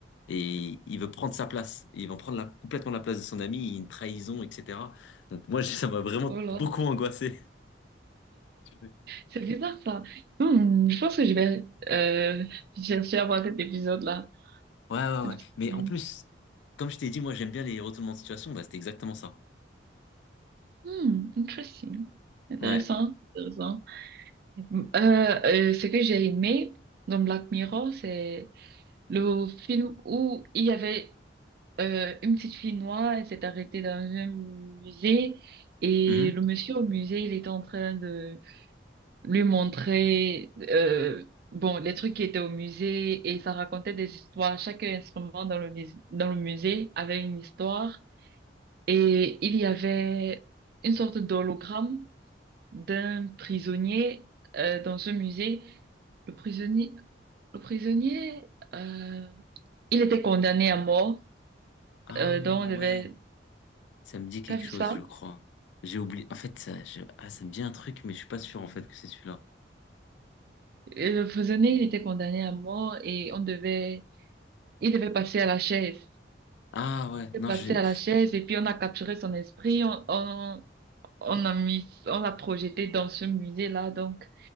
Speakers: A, on the left; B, on the right.
A: Et il veut prendre sa place. Ils vont prendre la, complètement la place de son ami. Il y a Une trahison, etc. Donc, moi, <laughs> je- ça m'a vraiment
B: Oh là.
A: beaucoup angoissé. Ouais,
B: C'est bizarre ça. Hmm, je pense que je vais euh, chercher à voir cet épisode-là.
A: ouais,
B: ce
A: ouais.
B: petit
A: Mais
B: film.
A: en plus, comme je t'ai dit, moi, j'aime bien les retournements de situation. Bah, c'était exactement ça.
B: Hmm, interesting. Intéressant,
A: Ouais.
B: intéressant. Euh, euh, ce que j'ai aimé dans Black Mirror, c'est le film où il y avait euh, une petite fille noire, elle s'est arrêtée dans un musée et
A: Mhm.
B: le monsieur au musée, il était en train de lui montrer euh, bon, les trucs qui étaient au musée et ça racontait des histoires. Chaque instrument dans le, mus- dans le musée avait une histoire et il y avait une sorte d'hologramme d'un prisonnier euh, dans un musée. Le prisonnier, le prisonnier, euh, il était condamné à mort.
A: Ah,
B: euh, donc
A: ouais.
B: on devait,
A: Ça me dit quelque
B: t'as vu
A: chose,
B: ça?
A: je crois. J'ai oublié. En fait, ça, je- ah, ça me dit un truc, mais je suis pas sûr en fait que c'est celui-là.
B: Et le prisonnier, il était condamné à mort et on devait, il devait passer à la chaise.
A: Ah ouais,
B: Il
A: non,
B: est passé
A: je.
B: à la chaise et puis on a capturé son esprit. On, on, on a mis, on l'a projeté dans ce musée-là, donc.